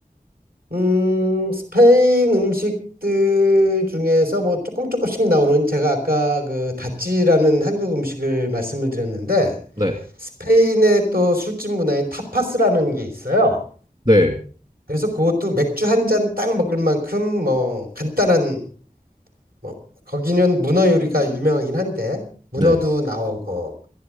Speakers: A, on the right (about 75°); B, on the right (about 40°).
A: 음, 스페인 음식들 중에서 뭐 조금 조금씩 나오는 제가 아까 그 다찌라는 한국 음식을 말씀을 드렸는데
B: 네,
A: 스페인의 또 술집 문화인 타파스라는 게 있어요.
B: 네,
A: 그래서 그것도 맥주 한 잔 딱 먹을 만큼 뭐 간단한 뭐 거기는 문어 요리가 유명하긴 한데 문어도
B: 네.
A: 나오고